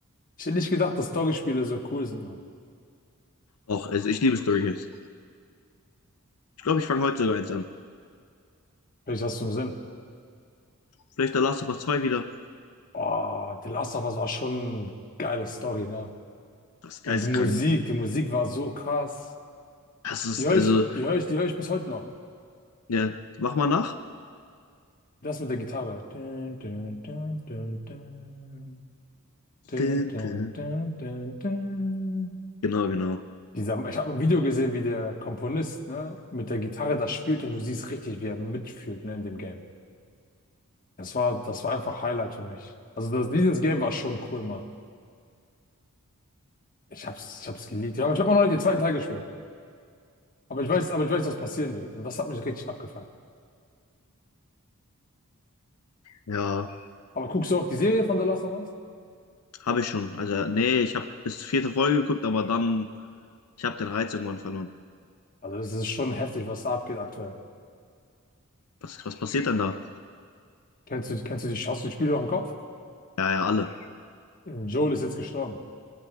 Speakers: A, on the left; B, on the left.
A: Ich hätte nicht gedacht, dass Storyspiele so cool sind, Mann.
B: Doch, also ich liebe Story Games. Ich glaube, ich fange heute sogar eins an.
A: Vielleicht hast du im Sinn.
B: Vielleicht der Last of Us zwei wieder.
A: Oh, The Last of Us war schon eine geile Story, ne?
B: Das ist
A: Und
B: geistkrank.
A: die Musik, die Musik war so krass.
B: Das ist,
A: Die höre
B: also,
A: ich, die höre ich, die höre ich bis heute noch.
B: ja, mach mal nach.
A: Das mit der Gitarre. Dun, dun, dun, dun, dun. Dun,
B: Dü,
A: dun,
B: dü.
A: dun, dun, dun.
B: Genau, genau.
A: Dieser, ich habe ein Video gesehen, wie der Komponist, ne, mit der Gitarre das spielt und du siehst richtig, wie er mitfühlt, ne, in dem Game. Das war, das war einfach Highlight für mich. Also das, dieses Game war schon cool, Mann. Ich hab's, ich hab's geliebt. Ja, aber ich habe noch nicht den zweiten Teil gespielt. Aber ich weiß, aber ich weiß, was passieren wird. Und das hat mich richtig abgefuckt.
B: Ja,
A: Aber guckst du auch die Serie von The Last of Us?
B: habe ich schon. Also, nee, ich habe bis vierte Folge geguckt, aber dann, ich habe den Reiz irgendwann verloren.
A: Also, es ist schon heftig, was da abgeht aktuell.
B: Was, was passiert denn da?
A: Kennst du, kennst du die, hast du die Spiele noch im Kopf?
B: Ja, ja, alle.
A: Joel ist jetzt gestorben.